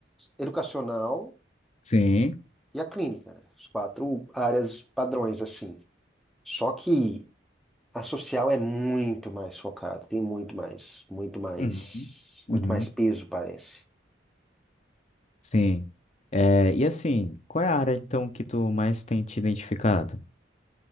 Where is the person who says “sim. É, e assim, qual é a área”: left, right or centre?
Left